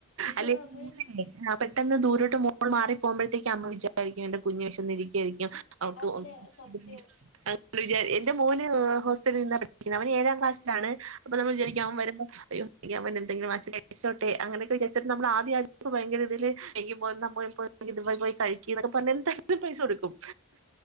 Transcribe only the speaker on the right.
അല്ലെങ്കി
മോളെ ആഹ് പെട്ടെന്ന് ദൂരോട്ട് മോൾ മാറി പോകുമ്പഴേക്ക് അമ്മ വിചാരിക്കും എന്റെ കുഞ് വിശന്നിരിക്കയായിരിക്കും അവക്ക്
ഒന്നും
<unintelligible> മ്മള് വിജാ എന്റെ മോന് ഹോസ്റ്റലിൽ നിന്നാണ് പഠിക്കുന്നത് അവന് ഏഴാം ക്ലാസ്സിലാണ്. അപ്പൊ നമ്മള് വിജാരിക്ക്യും അവൻ
വരുമ്പൊ അയ്യോ. പിക്ക്യാൻ വരുന്നുണ്ടെങ്കി വാങ്ങിച്ച് കഴിപ്പിച്ചോട്ടെ അങ്ങനെയൊക്കെ വിജാര്ച്ചാണ്ട് നമ്മള് ആദ്യ ആ ഇപ്പ ഭയങ്കര ഇതില് എങ്കി മോനും നമ്മ ഇപ്പൊ. ങ്കി ഇതുമായ് പോയി കഴിക്കിന്നൊക്കെ പർഞ് എന്തങ്കിലും പൈസ കൊടുക്കും.